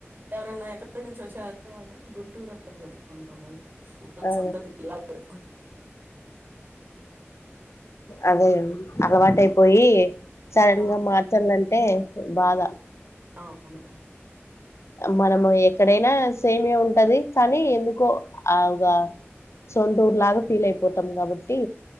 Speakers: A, on the right; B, on the left.
A: ఎవరన్నా ఎక్కడి నుంచి వచ్చారు డి గుంటూరుని చెప్పు ఉంటాంగ మ
B: ఆ
A: సొంత ఎలా చె
B: అదే అలవాటుయిపోయి సడన్
A: ఆ!
B: గా మార్చాలంటే బాధ
A: అవును
B: మనము ఎ ఎక్కడైనా సేమే ఉంటది కానీ ఎందుకో ఆ ఒక సొంత ఊరు లాగా ఫీల్ అయిపోతాం కాబట్టి